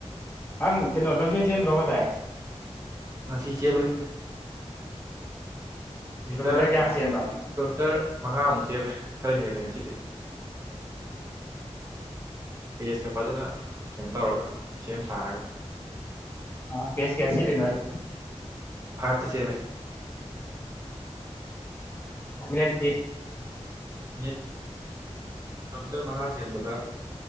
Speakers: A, on the left; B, on the right.
A: ꯑꯪ ꯀꯩꯅꯣ ꯂꯝꯖꯦꯟꯖꯦꯟꯦꯟꯗ꯭ꯔꯣ ꯉꯁꯥꯏ
B: ꯉꯁꯤ ꯆꯦꯜꯂꯨꯏ ꯃꯤꯇꯔ
A: ꯀꯤꯂꯣꯃꯤꯇꯔ ꯀꯌꯥ ꯆꯦꯟꯕ
B: ꯀꯤꯂꯣꯃꯤꯇꯔ ꯃꯉꯥꯃꯨꯛ ꯆꯦꯜꯂꯦ ꯈꯔꯦ ꯍꯦꯜꯂꯦ ꯉꯁꯤꯗꯤ ꯄꯦꯁꯀ ꯐꯖꯅ ꯀꯩꯅꯣ ꯇꯧꯔꯒ ꯁꯦꯝ ꯁꯥꯔꯒ
A: ꯑ ꯄꯦꯁꯒ ꯁꯤꯅꯣꯏꯁꯦ
B: ꯐꯥꯏꯚꯇ ꯆꯦꯜꯂꯦ
A: ꯃꯤꯅꯠꯇꯦ
B: ꯃꯤꯅꯤꯠ ꯀꯤꯂꯣꯃꯤꯇꯔ ꯃꯉꯥ ꯆꯦꯟꯕꯗ